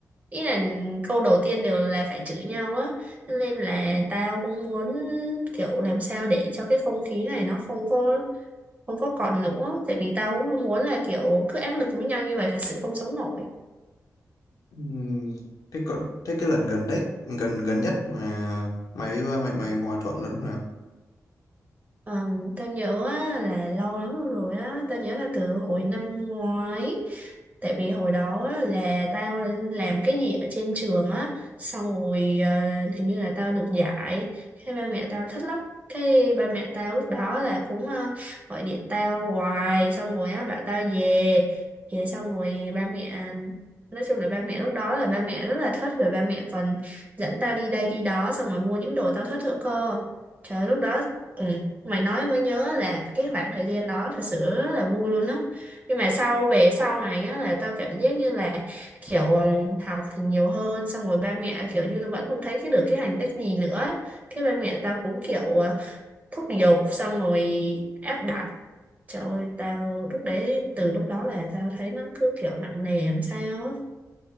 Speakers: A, on the right; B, on the left.
A: ý là câu đầu tiên đều là phải chửi nhau á Cho nên là tao cũng muốn kiểu làm sao để cho cái không khí này nó không có không có còn nữa tại vì tao cũng không muốn là kiểu cứ áp lực với nhau như vậy thật sự không sống nổi
B: Ừm, thế có thế cái lần gần đấy gần gần nhất mà mày với ba mày mày hòa thuận là lúc nào
A: Ờ, tao nhớ á, là lâu lắm rồi á, tao nhớ là từ hồi năm ngoái Tại vì hồi đó á, là tao làm cái gì ở trên trường á Xong rồi ờ, hình như là tao được giải Cái ba mẹ tao thích lắm Cái ba mẹ tao lúc đó là cũng ờ, gọi điện tao hoài Xong rồi á, bảo tao về Về xong rồi ba mẹ Nói chung là ba mẹ lúc đó là ba mẹ rất là thích Rồi ba mẹ còn dẫn tao đi đây đi đó Xong rồi mua những đồ tao thích nữa cơ Trời lúc đó ừ mày nói mới nhớ là cái khoảng thời gian đó thật sự rất là vui luôn á nhưng mà sau về sau này á là tao cảm giác như là kiểu ừ, học thì nhiều hơn xong rồi ba mẹ kiểu như vẫn không thấy cái được cái thành tích gì nữa cái ba mẹ tao cũng kiểu à, thúc giục xong rồi áp đặt trời ơi tao lúc đấy từ lúc đó là tao thấy nó cứ kiểu nặng nề làm sao á